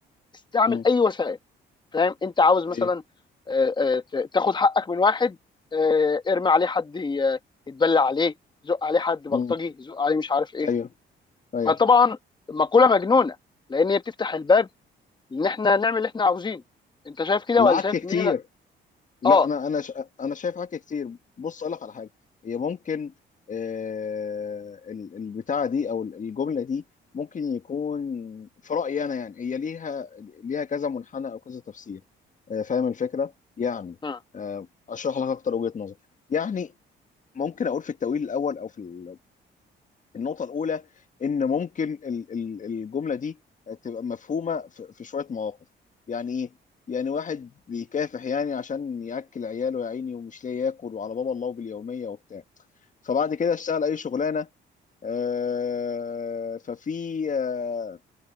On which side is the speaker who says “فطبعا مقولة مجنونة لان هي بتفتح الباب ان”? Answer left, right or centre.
Left